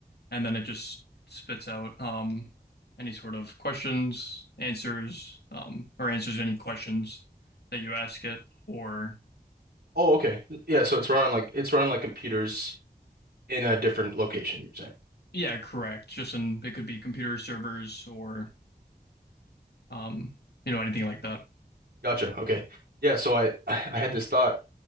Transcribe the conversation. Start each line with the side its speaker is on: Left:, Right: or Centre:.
Left: and then it just spits out um, any sort of questions, answers, um, or answers any questions that you ask it, or
Right: Oh, okay. Yeah, so it's run on like it's run on like computers in a different location, you're saying.
Left: yeah, correct. Just in it could be computer servers or um, you know anything like that.
Right: Gotcha. Okay. Yeah, so I I had this thought.